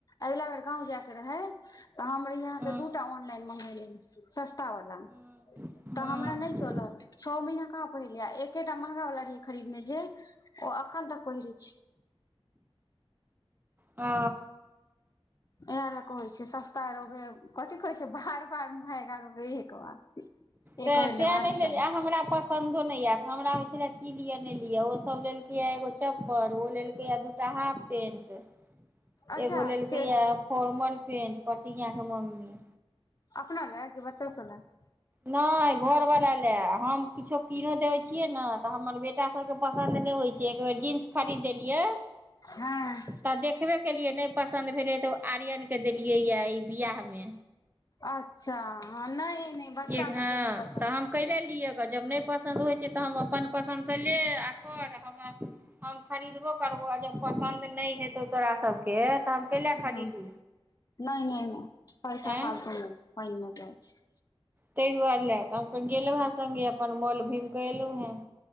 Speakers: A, on the left (about 40°); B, on the right (about 20°).
A: अगिला बेर गाँव जायके रहै तऽ हम रहि अहाँके
B: हँ
A: दू टा ऑनलाइन मँंगेेले सस्ता वलाा
B: हँ
A: तऽ
B: हँ
A: हमरा नहि चलल छओ महीना कहाँ पहिरलियै एकेटा महँगा वला रहियै खरीदने जे ओ अखन तक पहिरै छी
B: ओ
A: इहाए लऽ कहै छै सस्ता रोबे कथी कहै छै बार बार महँगा रोबे एक बार <inaudible>
B: ता तें
A: लेबाक
B: नहि लेलियै
A: चाही
B: हमरा पसन्दो नहि आएत हमरा होइ छलाह की लिअ नहि लिअ ओ सब लेलकए या एगो चप्पर ओ लेलकए या दूटा हाफ पेंट
A: अच्छा
B: एगो लेलकै
A: के
B: या फोर्मल पेंट प्रतिज्ञाके मम्मी
A: अपना लाए कि बच्चा सब लाए
B: नहि घरवला लाए हम किछो किनो देबै छियै न तऽ हमर बेटी एकरा सबके पसन्द नहि होइ छै एक बेेर जीन्स खरीद देलियै
A: हँ
B: तऽ देखबे केलियै नहि पस- -सन्द भेलै तऽ उ-आर्यनके देलियै या बिआहमे
A: अच्छा हाँ नहि नहि बच्चा
B: एक
A: सबके
B: हाँ
A: नहि पसन्द
B: तऽ हम कैएला
A: होइत रहै
B: लिअ ग जब नहि पस- पसन्द होइ छै तऽ हम अपन पसन्दसँ ले आ कर हमरा हम खरीदबो करबौ आ जब पसन्द नहि हेतौ तोरा सभके तऽ हम कैएला
A: छै
B: खरीदू
A: नहि नहि नहि पैसा
B: आँय
A: फालतु पइनमे जाइ छै
B: तहि दुआरेला हम अपन गेलहूँ हें सङ्गे अपन मॉल घुमि कऽ एलहूँ हें